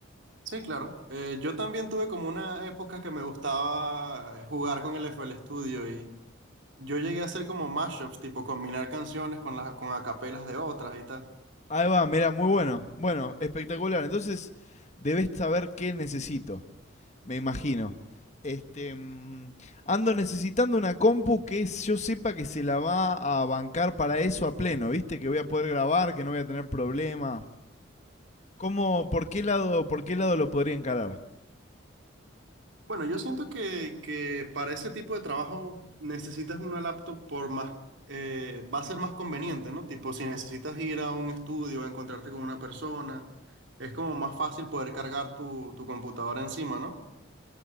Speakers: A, on the right; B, on the left.
A: Sí, claro. Eh, yo también tuve como una época que me gustaba eh, jugar con el F. L. Studio y yo llegué a hacer como mashups, tipo combinar canciones con las con acapelas de otras y tal.
B: Ahí va, mira, muy bueno. Bueno, espectacular. Entonces, debes saber qué necesito, me imagino. Este, mm, ando necesitando una compu que yo sepa que se la va a bancar para eso a pleno, ¿viste? Que voy a poder grabar, que no voy a tener problema. ¿Cómo, por qué lado, por qué lado lo podría encarar?
A: Bueno, yo siento que, que para ese tipo de trabajo necesitas una laptop por más, eh, va a ser más conveniente, ¿no? Tipo, si necesitas ir a un estudio, encontrarte con una persona, es como más fácil poder cargar tu, tu computadora encima, ¿no?